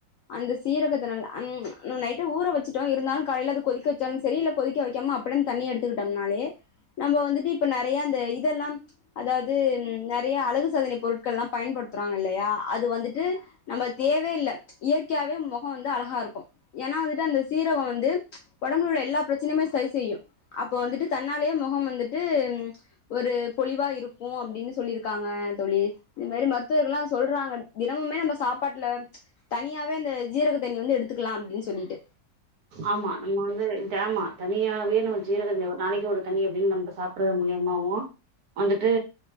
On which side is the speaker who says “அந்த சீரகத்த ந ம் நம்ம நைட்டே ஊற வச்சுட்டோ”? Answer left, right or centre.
Left